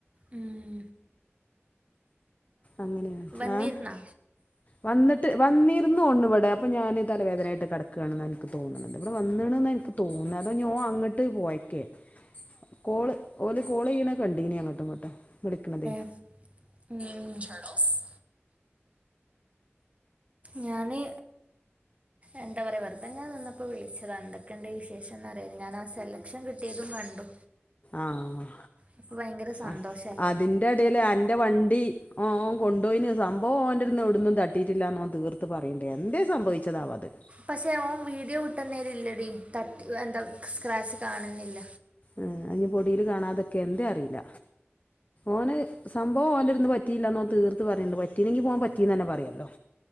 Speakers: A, on the right; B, on the left.
A: ഉം.
B: അങ്ങനേണ്.
A: വന്നിരുന്നാ
B: ഏഹ്? വന്നിട്ട് വന്നിരുന്നോൺണ് വടെ. അപ്പം ഞാൻ തലവേദനായിട്ട് കട് ക്കാണ് ന്നാ ഇൻക്ക് തോന്ന്ണത്. ഇവടെ വന്ന്ണ്ന്നാ ഇൻക്ക് തോൺണെ. അതോ ഓൻ ഞ് അങ്ങട്ട് പോയക്കേ. കോള് ഓല് കോളെയ്യ്ണത് കണ്ടീനി. അങ്ങട്ടും ഇങ്ങട്ടും വിളിക്ക്ണതേ.
A: ഉം ഞാന് എന്താ പറയാ വെറുതെങ്ങനെ നിന്നപ്പം വിളിച്ചതാ എന്തൊക്കെണ്ട് വിശേഷം ന്നറിയാന്. ഞാനാ സെലക്ഷൻ കിട്ടിയതും കണ്ടു.
B: ആഹ്.
A: അപ്പോൾ ഭയങ്കര സന്തോഷമായി
B: അഹ് അതിന്റെടേൽ അന്റെ വണ്ടി ഓൻ ഓൻ കൊണ്ടോയിന്, സംഭവം ഓന്റെട്ത്ത്ന്ന് എവിട്ന്നും തട്ടീട്ടില്ലാന്ന് ഓൻ തീർത്ത് പറീണ്ട്. എന്തേ സംഭവിച്ചതാവത്.
A: പക്ഷെ ഓൻ വീഡിയോ വിട്ടന്നേല് ഇല്ലടി തട്ടി എന്താ സ്ക്രാച്ച് കാണുന്നില്ല.
B: ഏഹ് അത് ഞ് പൊടീല് കാണാതെക്കെ എന്തേ അറീല്ല. ഓനത് സംഭവം ഓൻ്റെട്ത്ത്ന്ന് പ റ്റീല്ലാന്ന് തീർത്ത് പറയ്ണ്ട്. പറ്റീനെങ്കിപ്പോൻ പറ്റീന്നെന്നെ പറ്യല്ലോ.